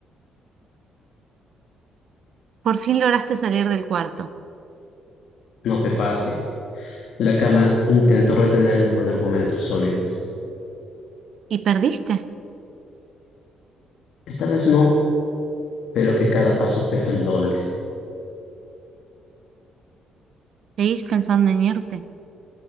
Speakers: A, on the right; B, on the left.
A: Por fin lograste salir del cuarto.
B: no fue fácil. La cama intentó retenerme con argumentos sólidos.
A: ¿Y perdiste?
B: Esta vez no, pero que cada paso pesa el doble.
A: ¿Seguís pensando en irte?